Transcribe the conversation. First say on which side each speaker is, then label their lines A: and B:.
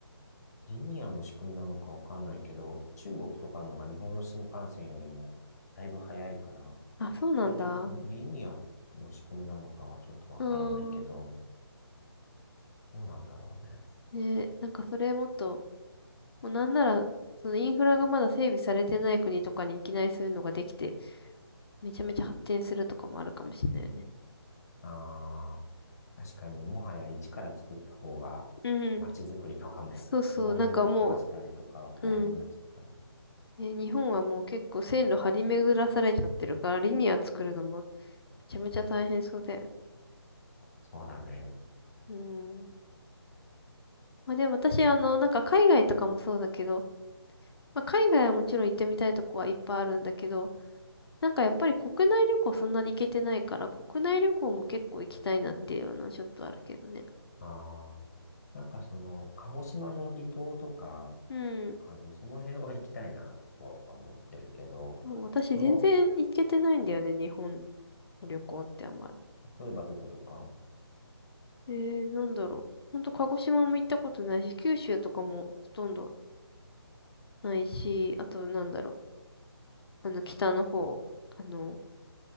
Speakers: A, on the left; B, on the left.
A: リニアの仕組みなのかわかんないけど、中国とかのが日本の新幹線よりもだいぶ早いから、こ
B: あ、そうなんだ。
A: れがリニアの仕組みなのかはちょっとわからないけど、
B: うーん。
A: どうなんだろうね。
B: ねなんかそれもっと、もうなんなら、そのインフラがまだ整備されてない国とかにいきなりそういうのができて、めちゃめちゃ発展するとかもあるかもしれないよね。
A: ああ、確かにもはや一から作った方が、
B: うん。
A: 街づくりとかも既存のもの壊したりとかは大変になっちゃうからね。
B: そうそう、なんかもう、うん。ね、日本はもう結構線路張り巡らされちゃってるから、リニア作るのもめちゃめちゃ大変そうだよね。
A: そうだね。
B: うん。まあでも私、あの、なんか海外とかもそうだけど、まあ海外はもちろん行ってみたいとこはいっぱいあるんだけど、なんかやっぱり国内旅行そんなに行けてないから、国内旅行も結構行きたいなっていうのはちょっとあるけどね。
A: ああ、なんかその、鹿児島の離島とか、
B: うん。
A: あの、その辺は行きたいなとは思ってるけど、
B: もう私全然行けてないんだよね、
A: この、
B: 日本の旅行ってあんまり。
A: 例えばどことか、
B: えー、なんだろう。ほんと、鹿児島も行ったことないし、九州とかもほとんどないし、あと、なんだろう。あの、北の方、あの、